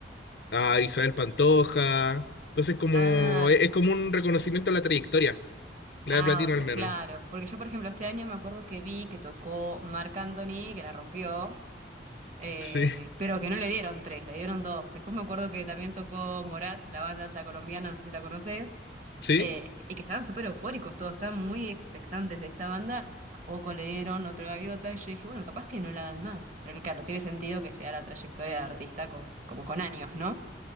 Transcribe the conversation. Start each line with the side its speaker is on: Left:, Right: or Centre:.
Left: a Isabel Pantoja. Entonces, como
Right: Ah,
Left: es, es como un reconocimiento a la trayectoria, la
Right: Ah,
Left: de Platino
Right: o sea,
Left: al menos.
Right: claro, porque yo, por ejemplo, este año me acuerdo que vi que tocó Marc Anthony, que la rompió, eh,
Left: Sí,
Right: pero que no le dieron tres, le dieron dos. Después me acuerdo que también tocó Morat, la banda alta colombiana, no sé si la conoces,
Left: sí.
Right: eh, y que estaban súper eufóricos todos, estaban muy expectantes de esta banda, y tampoco le dieron otra gaviota, y yo dije, bueno, capaz que no la dan más. Pero claro, no tiene sentido que sea la trayectoria de artista con, como con años, ¿no?